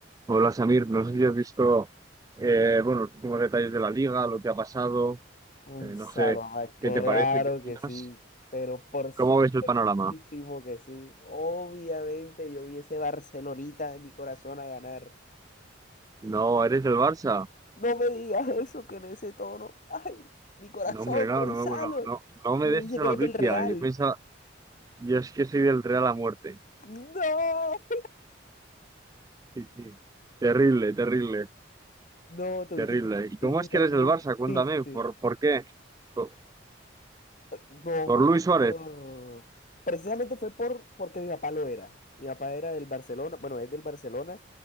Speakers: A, on the right; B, on the left.
A: Hola Samir, no sé si has visto eh, bueno, los últimos detalles de la liga, lo que ha pasado,
B: Gonzalo,
A: eh, no sé
B: Abad,
A: qué
B: claro
A: te parece, qué opinas,
B: que sí, pero por
A: cómo ves el panorama.
B: supuestísimo que sí. Obviamente yo vi ese Barcelonita de mi corazón a ganar.
A: No, eres del Barça.
B: No me digas eso que en ese tono. Ay, mi corazón,
A: No, hombre, no,
B: Gonzalo.
A: no, me- no, no, no
B: Eso
A: me
B: Me
A: des
B: dice
A: esa
B: que
A: noticia.
B: eres del Real.
A: Yo pensaba, yo es que soy del Real a muerte.
B: No.
A: Sí, sí. Terrible, terrible,
B: No, tuviste
A: terrible.
B: que,
A: ¿Y
B: tuviste
A: cómo es
B: que estar
A: que eres
B: muy
A: del Barça? Cuéntame,
B: triste.
A: ¿por, por qué? Por,
B: No,
A: por Luis Suárez,
B: por... precisamente fue por porque mi papá lo era. Mi papá era del Barcelona, bueno, es del Barcelona